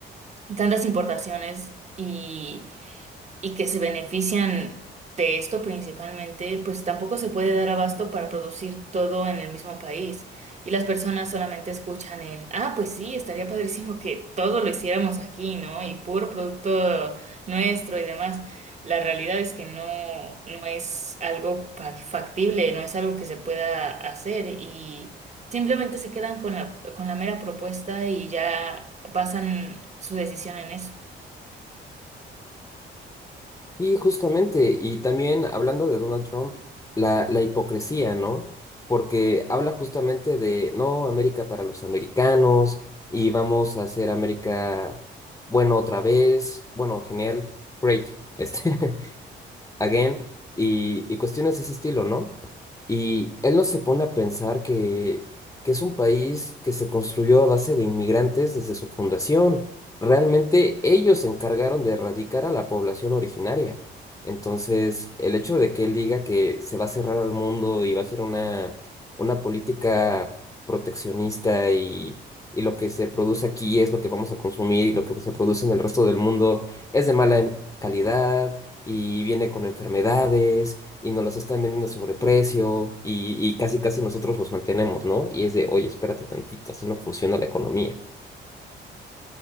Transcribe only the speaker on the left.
Y justamente, y también hablando de Donald Trump, la, la hipocresía, ¿no? Porque habla justamente de, no, América para los americanos y vamos a hacer América bueno otra vez, bueno, genial, great, este, <laughs> again, y, y cuestiones de ese estilo, ¿no? Y él no se pone a pensar que, que es un país que se construyó a base de inmigrantes desde su fundación. Realmente ellos se encargaron de erradicar a la población originaria. Entonces, el hecho de que él diga que se va a cerrar al mundo y va a ser una, una política proteccionista y, y lo que se produce aquí es lo que vamos a consumir y lo que se produce en el resto del mundo es de mala calidad y viene con enfermedades y nos los están vendiendo a sobreprecio y, y casi casi nosotros los mantenemos, ¿no? Y es de, oye, espérate tantito, así no funciona la economía.